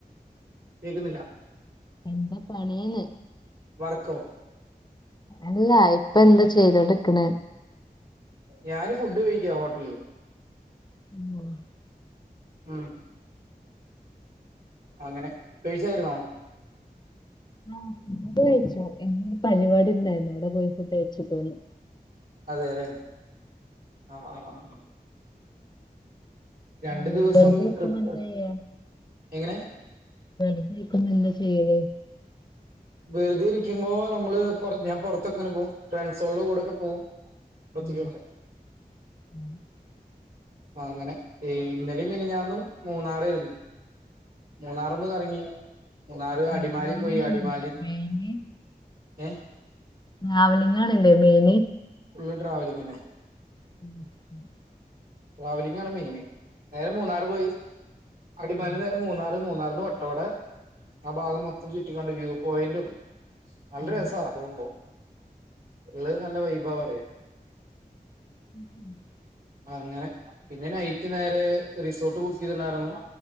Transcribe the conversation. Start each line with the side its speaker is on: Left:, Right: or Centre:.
Right: കേക്ക്ന്നില്ല
Left: എന്താ പണീന്ന്
Right: വർക്കൊ
Left: അല്ലാ ഇപ്പൊ എന്താ ചെയ്തോണ്ട് നിക്ക്ണെ
Right: ഞാന് ഫുഡ് കഴിക്കാ ഹോട്ടലിന്ന്
Left: <inaudible>
Right: ഉം അങ്ങനെ കഴിച്ചായിരുന്നോ
Left: ആഹ് ഫുഡ്‌ കഴിച്ചു ഇന്ന് പരിപാടി ഇണ്ടായിരുന്നു അവിടെ പോയപ്പോ ഫുഡ്‌ കഴിച്ച്പോന്നു
Right: അതെല്ലെ ആഹ് ആഹ് ആഹ് രണ്ടു
Left: ഉം,
Right: ദിവസം
Left: വെറുതെ ഇരിക്കുമ്പോ
Right: ട്രിപ്പ്
Left: എന്താ ചെയ്യാ
Right: എങ്ങനെ
Left: വെറുതെ നിക്കുമ്പോ എന്താ ചെയ്യല് <inaudible>
Right: വെറുതെ ഇരിക്കുമ്പോ നമ്മള് ഞാൻ പൊറത്തക്കങ്ങനെ പോവും ഫ്രണ്ട്സോളുടെ കൂടെയൊക്കെ പോവും <unintelligible>
Left: ഉം, <inaudible>
Right: അങ്ങനെ ഇന്നലിം മിനിഞ്ഞാന്നും മൂന്നാറായിരുന്നു മൂന്നാറൊന്ന് കറങ്ങി മൂന്നാർ
Left: ട്രാവലിംഗ്
Right: അടിമാലി പോയി
Left: ആണല്ലേ
Right: അടിമാലീന്ന്
Left: മെയിന്
Right: ഏഹ്
Left: ട്രാവലിംഗ് ആണ് ല്ലേ മെയിൻ
Right: ഫുള്ള് ട്രാവലിംഗ് ന്നെ
Left: <inaudible>
Right: ട്രാവലിംങ്ങ് ആണ് മെയിന് നേരെ മൂന്നാറ് പോയി അടിമാലിന്ന്
Left: ആ
Right: നേരെ മൂന്നാറ് മൂന്നാറിന്ന് വട്ടവട ആ ഭാഗം മൊത്തം ചുറ്റിക്കാണ്ട് വ്യൂ പോയിന്റും നല്ല
Left: ആ
Right: രസ പോകുമ്പോ ഇള്ള നല്ല വൈബാന്ന് പറയാം
Left: <inaudible>
Right: അങ്ങനെ പിന്നെ നൈറ്റ് നേരെ റിസോർട്ട് ബുക്ക് ചെയ്തിണ്ടായിരുന്നു